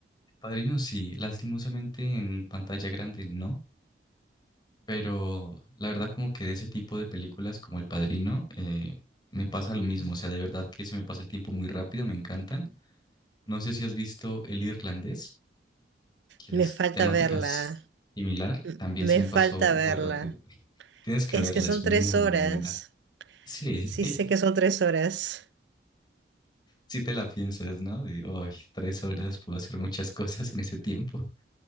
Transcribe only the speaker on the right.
Me
falta
verla.
M-
Me
falta
verla.
Es
que son
tres horas.
Sí,
sé que son tres horas.